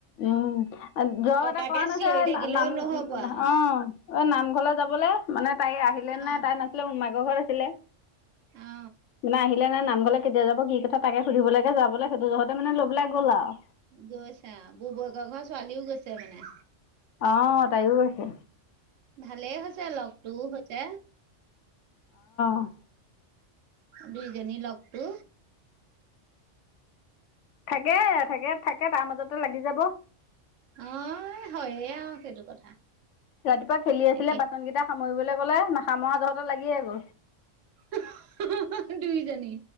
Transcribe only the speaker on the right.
ককাকে
চিঞৰি
থাকিলেও
নহব
আৰু
অ
অ
গৈছে আৰু বুৱেকৰ ঘৰ ছোৱালীও গৈছে মানে।
ভালেই হৈছে লগতটোও হৈছে।
দুইজনী লগটো।
অ' হয়ে আৰু সেইটো কথা।
একে
<unintelligible> দুুইজনী।